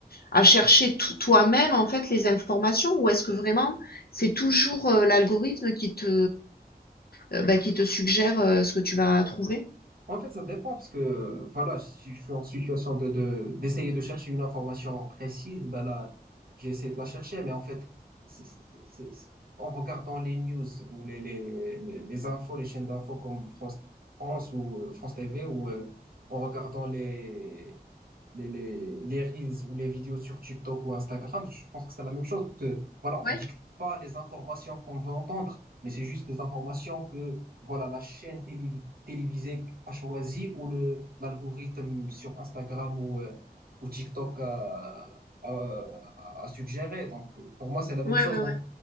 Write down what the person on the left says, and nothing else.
à chercher tout- toi-même en fait les informations ou est-ce que vraiment c'est toujours euh, l'algorithme qui te, euh, ben, qui te suggère euh, ce que tu vas trouver?
Ouais,
ouais,
ouais, ouais,